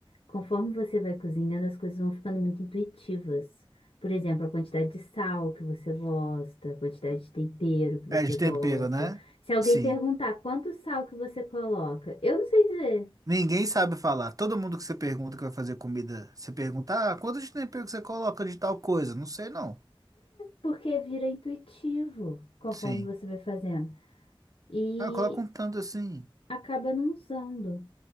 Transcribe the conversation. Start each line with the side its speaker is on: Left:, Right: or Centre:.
Left: Conforme você vai cozinhando, as coisas vão ficando muito intuitivas. Por exemplo, a quantidade de sal que você gosta, a quantidade de tempero que você
Right: É de
Left: gosta.
Right: tempero, né?
Left: Se alguém
Right: Sim.
Left: perguntar quanto sal que você coloca, eu não sei dizer,
Right: Ninguém sabe falar. Todo mundo que você pergunta que vai fazer comida, você pergunta, ah, quanto de tempero que você coloca de tal coisa? Não sei, não.
Left: porque vira intuitivo conforme
Right: Sim.
Left: você vai fazendo e
Right: Ah, coloca um tanto assim.
Left: acaba não usando.